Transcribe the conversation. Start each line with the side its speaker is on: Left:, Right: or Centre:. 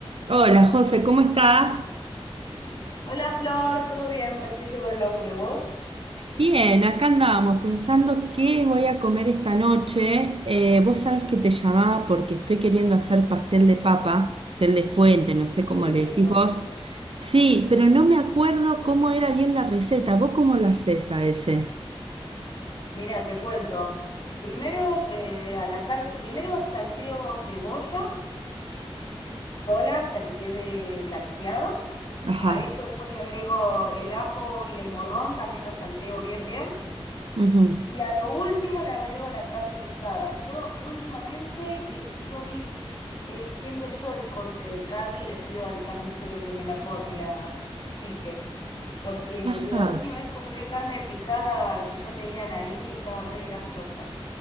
Right: Hola José, ¿cómo estás?
Left: Hola Flor, ¿todo bien? Recién llego del laburo, ¿vos?
Right: Bien, acá andábamos pensando qué voy a comer esta noche. Eh, vos sabés que te llamaba porque estoy queriendo hacer pastel de papa, pastel de fuente, no sé
Left: Uh,
Right: cómo
Left: qué
Right: le
Left: rico.
Right: decís vos. Sí, pero no me acuerdo cómo era bien la receta. ¿Vos cómo lo hacés a ese?
Left: Mira, te cuento. Primero, eh, a la car- Primero salteo cebolla sola hasta que quede blanqueada.
Right: Ajá.
Left: A eso después le agrego el ajo y el morrón, también lo salteo bien, bien.
Right: ujú,
Left: Y a lo último le agrego la carne picada. Yo últimamente estoy eligiendo yo el corte de carne y le pido al carnicero que me la, cor- me la pique. porque
Right: Ajá.
Left: la última vez compré carne picada que ya tenían ahí y estaba re grasosa.